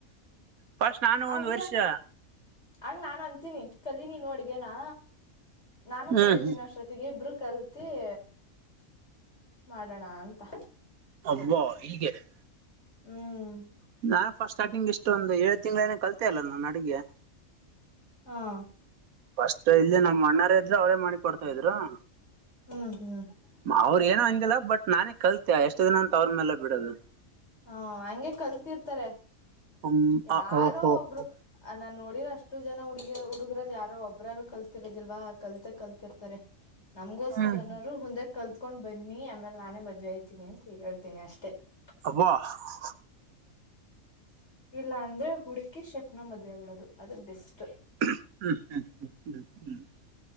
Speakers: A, on the right (about 90°); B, on the left (about 50°).
A: <inaudible> ಪಸ್ಟ್ ನಾನು
B: ಆಗ
A: ಒಂದು ವರ್ಷ? <inaudible>
B: ಆಗ ನಾನು ಅಂತೀನಿ! ಕಲಿ ನೀನು ಅಡ್ಗೇನಾ ನಾನು
A: ಹ್ಮ್
B: ಕಲಿತೀನಿ ಅಷ್ಟೊತ್ತಿಗೆ. <inaudible> ಅಷ್ಟೊತ್ತಿಗೆ ಇಬ್ರು ಕಲ್ತು! <inaudible> ಮಾಡೋಣಾ ಅಂತ? <inaudible>
A: ಅಬ್ಬಾ ಹೀಗೆ? <inaudible>
B: ಹ್ಮ್. <inaudible>
A: ನಾನು ಪಸ್ಟ್ ಸ್ಟಾರ್ಟಿಂಗ್! ಇಷ್ಟೊಂದು ಏಳು ತಿಂಗಳನೇ ಕಲ್ತೆ ಅಲ್ಲ ನಾನು ಅಡುಗೆ? <inaudible>
B: ಹಾ! <inaudible>
A: ಫಸ್ಟ್ ಇಲ್ಲಿ ನಮ್ಮಣ್ಣಾರೆ ಇದ್ರು! ಅವ್ರೇ ಮಾಡಿ ಕೊಡ್ತಾ ಇದ್ರು. <inaudible>
B: ಹ್ಮ್ ಹ್ಮ್. <inaudible>
A: ಅವ್ರ ಏನೋ ಅಂದಿಲ್ಲಾ! ಬಟ್ ನಾನೇ ಕಲ್ತೆ ಎಷ್ಟು ದಿನ. ಅಂತ ಅವ್ರ ಮೇಲೆ ಬಿಡೋದು? <inaudible>
B: ಹ್ಮ ಹಂಗೆ ಕಲ್ತಿರ್ತಾರೆ!
A: ಹ್ಮ್
B: ಯಾರೋ
A: ಅ ಓ ಹೋ
B: ಒಬ್ರು.
A: ಹೋ
B: <inaudible> ಆ ನಾನು ನೋಡಿರೋ ಅಷ್ಟು! ಜನ ಹುಡ್ಗಿ ಹುಡುಗ್ರಲ್ಲಿ, ಯಾರೋ, ಒಬ್ಬರಾದಾರು ಕಲ್ತಿರೋದಿಲ್ವಾ ಕಲ್ತೆ ಕಲ್ತಿರ್ತಾರೆ? <inaudible> ನಮ್ಗೋಸ್ಕರನರು
A: ಹ್ಮ್
B: ಮುಂದೆ! ಕಲ್ತ್ಕೊಂಡ್ ಬನ್ನಿ ಆಮೇಲೆ, ನಾನೇ ಮದುವೆ ಆಯ್ತೇನಿ! ಅಂತ ಹೇಳ್ತೀನಿ ಅಷ್ಟೇ. <inaudible> ಥೇ! <unintelligible>
A: ಹಬ್ಬ! <inaudible>
B: ಇಲ್ಲ ಅಂದ್ರೆ ಹುಡುಕಿ! ಶೆಫ್ನ ಮದ್ವೆ ಆಗ್ಬಿಡೋದು ಅದು ಬೆಸ್ಟ್? <inaudible>
A: <unintelligible> <inaudible>